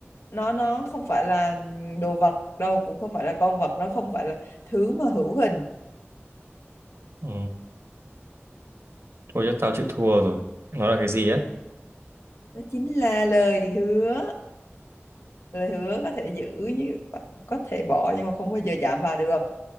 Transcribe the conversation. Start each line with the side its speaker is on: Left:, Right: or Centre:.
Left: nó nó không phải là đồ vật đâu cũng không phải là con vật nó không phải là thứ mà hữu hình
Right: Ừ, thôi chứ tao chịu thua rồi. Nó là cái gì á?
Left: đó chính là lời hứa lời hứa có thể giữ như có thể bỏ nhưng mà không bao giờ chạm vào được